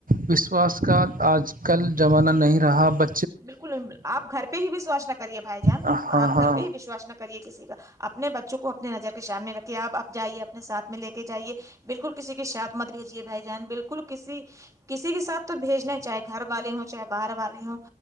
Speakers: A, on the right; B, on the right.
A: وشواس کا آج کل زمانہ نہیں رہا ب
B: بالکل آپ گھر پہ ہی وشواس نہ کریے بھائی جان
A: ہاں
B: آ
A: ہاں
B: گھر پہ ہی وشواس نہ کرے کسی کا اپنے بچوں کو اپنی نظر کے سامنے رکھھیے آپ آپ جائیے اپنے ساتھ میں لے کے جائیے بالکل کسی کے ساتھ مت بھیجیے بھائی جان بالکل کسی کسی کے ساتھ تو بھیجنا ہے چاہے گھر والے ہوں چاہے باہر والے ہوں